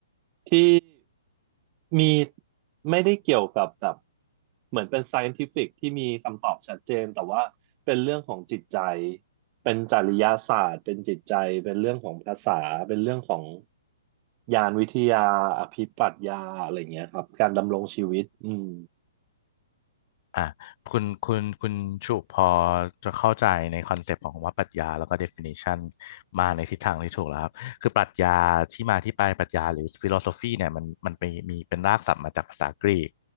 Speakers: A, on the right; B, on the left.
A: ที่มีไม่ได้เกี่ยวกับแบบเหมือนเป็น scientific ที่มีคำตอบชัดเจนแต่ว่าเป็นเรื่องของจิตใจเป็นจริยศาสตร์เป็นจิตใจเป็นเรื่องของภาษาเป็นเรื่องของญาณวิทยาอภิปรัชญาอะไรเงี้ยครับการดำรงชีวิตอืม
B: อ่ะคุณคุณคุณชุพอจะเข้าใจในคอนเซปต์ของคำว่าปรัชญาแล้วก็ definition มาในทิศทางที่ถูกแล้วครับคือปรัชญาที่มาที่ไปปรัชญาหรือ philosophy เนี่ยมันมันไปมีเป็นรากศัพท์มาจากภาษากรีก